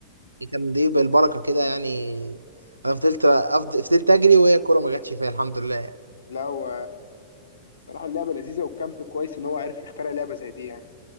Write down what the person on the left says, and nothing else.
لا هو الصراحة اللعبة لذيذة والكامب كويس إن هو عارف يخترع لعبة زي دي يعني